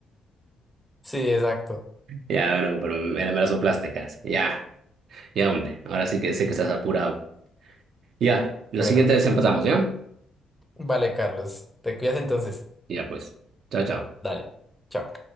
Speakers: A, in the centre; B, on the right (about 65°).
A: Sí, exacto.
B: Ya, bueno, pero me, me las soplaste casi. Ya, ya, hombre. Ahora sí que sé que estás apurado. Ya, la
A: Bueno,
B: siguiente vez empatamos, ¿ya?
A: vale, Carlos. Te cuidas entonces.
B: Ya, pues. Chao, chao.
A: Dale. Chao.